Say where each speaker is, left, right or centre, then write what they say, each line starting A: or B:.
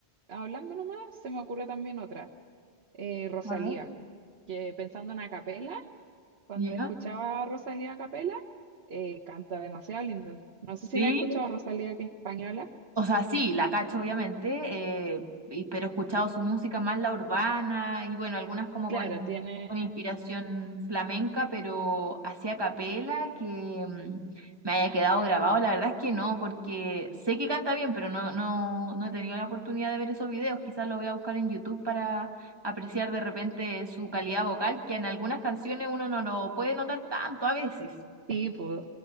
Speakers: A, on the right; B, on the right.
A: hablando nomás, se me ocurre también otra, eh, Rosalía,
B: A ver.
A: que pensando en a capela, cuando
B: ¿Ya?
A: escuchaba a Rosalía a capela, eh, canta demasiado lindo. No sé si
B: Sí.
A: la he escuchado Rosalía, que es española.
B: O sea, sí, la cacho, obviamente, eh, y- pero he escuchado su música más la urbana y bueno, algunas como
A: Claro,
B: con,
A: tiene,
B: con inspiración flamenca, pero así a capela que mm, me haya quedado grabado, la verdad es que no, porque sé que canta bien, pero no, no, no he tenido la oportunidad de ver esos videos. Quizás lo voy a buscar en YouTube para apreciar de repente su calidad vocal, que en algunas canciones uno no lo puede notar tanto a veces.
A: Sí, pues,